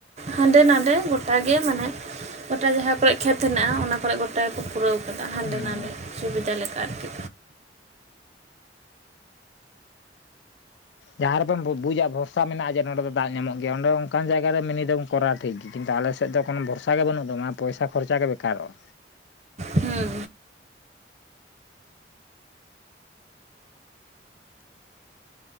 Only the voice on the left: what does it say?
ᱦᱩᱸ
ᱦᱩᱸ
ᱡᱟᱦᱟᱸ ᱨᱮᱵᱚᱱ ᱵᱩ ᱵᱩᱡᱟ ᱵᱷᱚᱨᱥᱟ ᱢᱮᱱᱟᱜᱟ ᱡᱮ ᱱᱚᱰᱮ ᱫᱚ ᱫᱟᱜ ᱧᱟᱢᱚᱜ ᱜᱮᱭᱟ ᱚᱸᱰᱮ ᱚᱝᱠᱟᱱ ᱡᱟᱭᱜᱟ ᱨᱮ ᱢᱤᱱᱤ ᱫᱚᱢ ᱠᱚᱨᱟᱣ ᱴᱷᱤᱠ ᱜᱤ ᱠᱤᱱᱛᱩ ᱟᱞᱮ ᱥᱮᱫ ᱫᱚ ᱠᱚᱱᱚ ᱵᱷᱚᱨᱥᱟ ᱜᱮ ᱵᱟᱹᱱᱩᱜ ᱫᱚ ᱢᱟᱱᱮ ᱯᱚᱭᱥᱟ ᱠᱷᱚᱨᱪᱟ ᱜᱮ ᱵᱮᱠᱟᱨᱚᱜ-ᱟ᱾